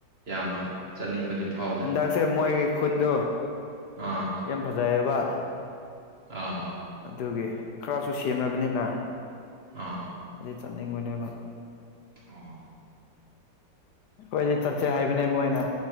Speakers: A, on the right (about 35°); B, on the left (about 70°).
A: ꯌꯥꯝꯅ ꯆꯠꯅꯤꯡꯕꯗꯤ ꯐꯥꯎꯗꯦ
B: ꯆꯠꯁꯦ ꯃꯣꯏꯒꯤ ꯈꯨꯟꯗꯨ
A: ꯑꯥ
B: ꯌꯥꯝ ꯐꯖꯩꯑꯦꯕ
A: ꯑ
B: ꯑꯗꯨꯒꯤ ꯈꯔꯁꯨ ꯁꯦꯝꯔꯕꯅꯤꯅ
A: ꯑꯥ
B: ꯑꯩꯗꯤ ꯆꯠꯅꯤꯡꯕꯅꯦꯕ
A: ꯑꯣ
B: ꯑꯩꯈꯣꯏꯗꯤ ꯆꯠꯁꯦ ꯍꯥꯏꯕꯅꯦ ꯃꯣꯏꯅ